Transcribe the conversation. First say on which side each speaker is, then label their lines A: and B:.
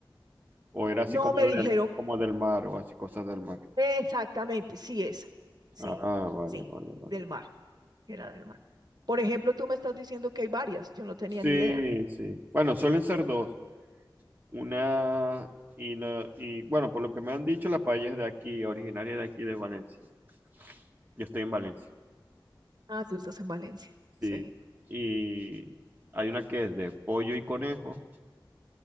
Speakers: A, on the right; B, on the right.
A: ¿O era así
B: No,
A: como
B: me
A: del,
B: dijeron
A: como del mar o así cosas del mar?
B: Exactamente, sí, esa. Sí,
A: Ah, vale,
B: sí,
A: vale, vale.
B: del mar, era del mar. Por ejemplo, tú me estás diciendo que hay varias, yo no tenía
A: Sí,
B: ni idea.
A: sí. Bueno, suelen ser dos. Una y, la- y bueno, por lo que me han dicho, la paella es de aquí, originaria de aquí de Valencia. Yo estoy en Valencia.
B: Ah, tú estás en Valencia, sí.
A: Sí. Y hay una que es de pollo y conejo